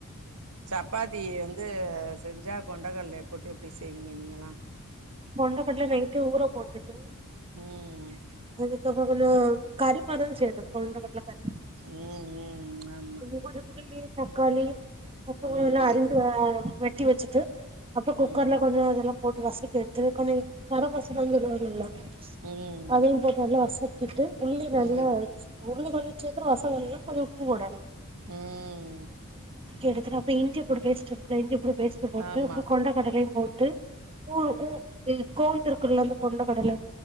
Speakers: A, on the right (about 80°); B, on the right (about 25°).
A: சப்பாத்தி வந்து செஞ்சா கொண்டகல்ல போட்டு எப்டி செய்வீங்க நீங்கல்லாம்
B: கொண்டைக்கடல நைட்டு ஊற போட்டுட்டு
A: ம்
B: அது அதுக்கப்புறம் கொஞ்சோ கரி மாரிதா செய்யது கொண்ட கடல கரி
A: உம் உம் ம் ஆமா
B: <unintelligible> தக்காளி பச்சமொளக
A: ம்
B: எல்லாம் அறிந்து வெட்டி வெச்சுட்டு அப்போ குக்கர்ல
A: ம்
B: கொஞ்சோ இதெல்லா போட் டு வசி எடுத்துது கொன கார வசன சொல்லல்ல
A: ம்
B: அதையும் போட்டு நல்லா வாசோ டிப் ட்டு உள்ளி நல்லா
A: ம்
B: உலுவி கொஞ்சோ சேக்கறோ வசோ கொஞ்சோ கொஞ்சோ உப்பு போடனு
A: ஊம்
B: எடுத்து அப்பறோ இஞ்சி பூண்டு பேஸ்ட்டு <unintelligible> பேஸ்ட் போட்டு
A: ஆமா
B: அப்புறோ கொண்டகடலையும் போட் டு <unintelligible> லிருந்து கொண்ட கடல